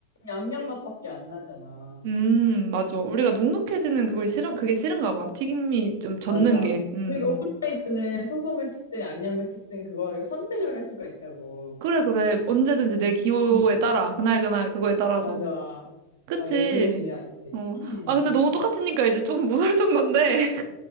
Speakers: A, on the left; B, on the right.
A: 양념
B: 음,
A: 맛밖에 안 나잖아.
B: 음, 맞아. 우리가 눅눅해지는 그걸 싫은, 그게 싫은가 봐. 튀김이 좀 젖는
A: 맞아.
B: 게. 음.
A: 그리고 우리는 소금을 찍든 양념을 찍든 그거를 선택을 할 수가 있다고.
B: 그래, 그래. 언제든지 내 기호에
A: 음,
B: 따라. 그날, 그날, 그거에 따라서.
A: 맞아.
B: 그치?
A: 맞아. 그게 중요하지.
B: 어.
A: 음.
B: 아, 근데 너무 똑같으니까 이제 좀 무서울 정도인데.